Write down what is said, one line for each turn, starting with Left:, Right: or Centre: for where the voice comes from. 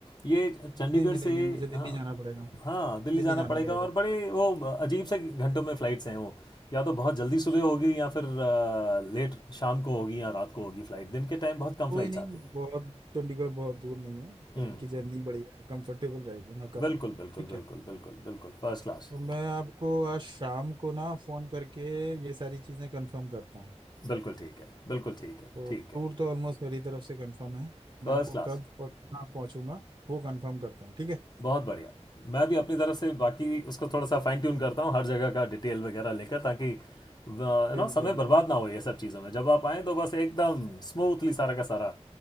Left: ये चंडीगढ़
Right: नहीं मिलेगी
Left: से
Right: मुझे दिल्ली
Left: हाँ
Right: जाना पड़ेगा
Left: हाँ दिल्ली
Right: दिल्ली
Left: जाना
Right: जाना
Left: पड़ेगा
Right: पड़ेगा
Left: और बड़े वो अजीब से घंटों में फ़्लाइट्स हैं वो या तो बहुत जल्दी सुबह
Right: च-
Left: होगी या फिर आ, लेट शाम को होगी या रात को होगी फ़्लाइट दिन के टाइम बहुत कम
Right: कोई
Left: फ़्लाइट्स
Right: नहीं
Left: आती हैं
Right: बहुत चंडीगढ़ बहुत दूर नहीं है ट्रेन
Left: हम्म
Right: की जर्नी बढ़िया है कंफर्टेबल रहेगी मैं कर
Left: बिल्कुल
Right: लूँगा
Left: बिल्कुल
Right: ठीक
Left: बिल्कुल
Right: है
Left: बिल्कुल बिल्कुल फर्स्ट क्लास
Right: तो मैं आपको आज शाम को ना फ़ोन करके ये सारी चीज़ें कंफर्म करता हूँ
Left: बिल्कुल ठीक है बिल्कुल ठीक है
Right: तो
Left: ठीक है
Right: टूर तो ऑलमोस्ट मेरी तरफ से कंफर्म है मैं
Left: फर्स्ट
Right: आपको
Left: क्लास
Right: कब और कहाँ पहुँचूंगा वो कंफर्म करता हूँ ठीक है
Left: बहुत बढ़िया मैं भी अपनी तरफ से बाकी उसको थोड़ा सा फाइन ट्यून करता हूँ हर जगह का डिटेल वगैरह लेकर ताकि यू
Right: बिल्कुल
Left: नो समय
Right: बिल्कुल
Left: बर्बाद ना हो ये सब चीज़ों में जब आप आएँ तो बस एकदम स्मूथली सारा का सारा